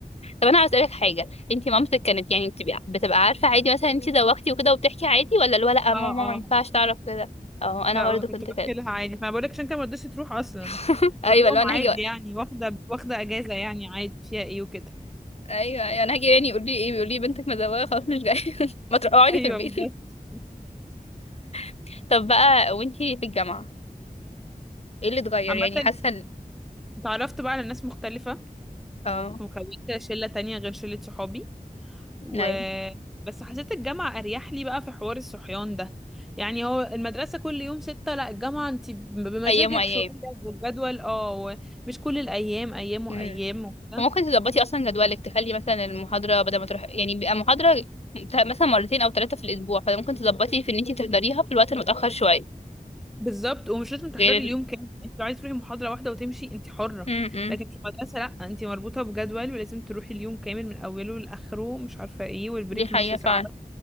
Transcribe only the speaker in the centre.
اه اه
لا
كنت
بحكي
لها عادي فأنا بقول لك عشان أنت ما رضتش تروح أصلا
قالت لهم
عادي
يعني واخدة واخدة أجازة يعني عادي فيها إيه وكده
أيوه
بالظبط
عامة
اتعرفت بقى على ناس مختلفة
وكونت شلة تانية غير شلة صحابي و
بس حسيت الجامعة أريح لي بقى في حوار الصحيان ده يعني هو المدرسة كل يوم ستة لا الجامعة انت بمزاجك
شوية والجدول اه مش كل الأيام أيام وأيام
وكده
بالظبط ومش لازم تحضري
اليوم كامل يعني انت لو عايزة تروحي محاضرة واحدة وتمشي انت حرة
لكن في المدرسة لا انت مربوطة بجدول ولازم تروحي اليوم كامل من أوله لآخره مش عارفة ايه والبريك
نص ساعة
بس